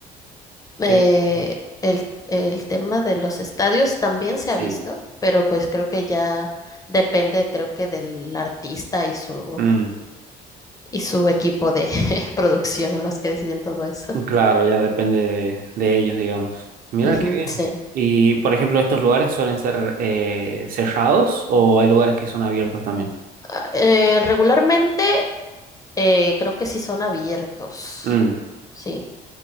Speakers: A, on the left (about 20°); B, on the right (about 60°).
A: Eh,
B: qué bien.
A: el, el tema de los estadios también se
B: Sí.
A: ha visto, pero pues creo que ya depende, creo que del artista y su,
B: Mm,
A: y su equipo de <laughs> producción los que deciden todo eso.
B: claro, ya depende de, de ellos, digamos. Mira,
A: Ujú,
B: qué bien.
A: sí.
B: Y, por ejemplo, ¿estos lugares suelen ser eh, cerrados o hay lugares que son abiertos también?
A: Ah, eh, regularmente eh, creo que sí son abiertos.
B: Mm,
A: Sí,